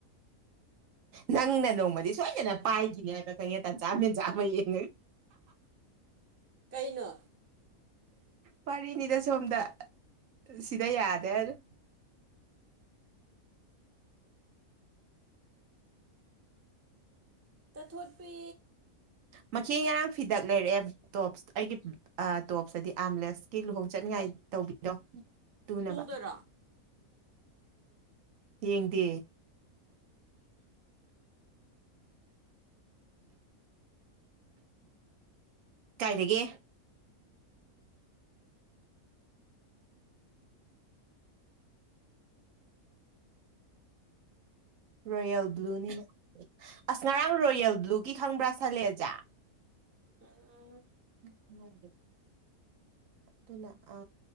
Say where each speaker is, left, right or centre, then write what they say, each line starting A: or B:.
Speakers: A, on the right; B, on the right.
A: ꯅꯪꯅ ꯅꯣꯡꯃꯗꯤ ꯁꯣꯏꯗꯅ ꯄꯥꯏꯒꯤꯅꯦ ꯍꯥꯏꯕ ꯈꯪꯉꯦ ꯇꯟꯖꯥ-ꯃꯦꯟꯖꯥ ꯑꯃ ꯌꯦꯡꯉꯒ꯫
B: ꯀꯩꯅꯣ꯫
A: ꯋꯥꯔꯤꯅꯤꯗ ꯁꯣꯝꯗ ꯁꯤꯗ ꯌꯥꯗꯦ ꯍꯥꯏꯔꯤ꯫
B: ꯇꯥꯊꯣꯠꯄꯤ꯫
A: ꯃꯈꯤ‌ ꯉꯔꯥꯡ ꯐꯤꯗꯛ ꯂꯩꯔꯛꯑꯦ ꯇꯣꯞꯁ ꯑꯩꯒꯤ꯫ ꯑꯥ ꯇꯣꯞꯁꯑꯗꯤ ꯑꯥꯝꯂꯦꯁꯀꯤ ꯂꯨꯍꯣꯡ ꯆꯠꯅꯤꯉꯥꯏ ꯇꯧꯕꯤꯗꯣ ꯇꯨꯅꯕ꯫
B: ꯇꯨꯗꯣꯏꯔꯣ
A: ꯌꯦꯡꯗꯦ꯫ ꯀꯥꯏꯗꯒꯤ꯫ ꯔꯣꯌꯦꯜ ꯕ꯭ꯂꯨꯅꯤꯅ ꯑꯁ ꯉꯔꯥꯡ ꯔꯣꯌꯦꯜ ꯕ꯭ꯂꯨꯒꯤ ꯈꯪꯕ꯭ꯔꯥ ꯁꯂꯦꯖꯥ꯫
B: <unintelligible>
A: ꯈꯪꯍꯧꯗꯦ꯫ ꯑꯗꯨꯅ ꯑ